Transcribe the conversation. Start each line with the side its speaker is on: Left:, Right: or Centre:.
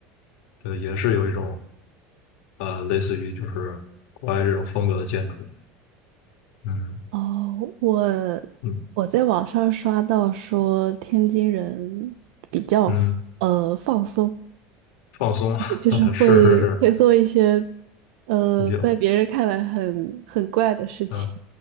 Left: 对，也是有一种呃，类似于就是国外这种风格的建筑，嗯。
Right: 哦，我
Left: 嗯
Right: 我在网上刷到说天津人比较呃放松，
Left: 嗯，放松，
Right: 就是会会做一些
Left: <laughs> 是是是，
Right: 呃在别人看来很很怪的事情。
Left: 有，嗯，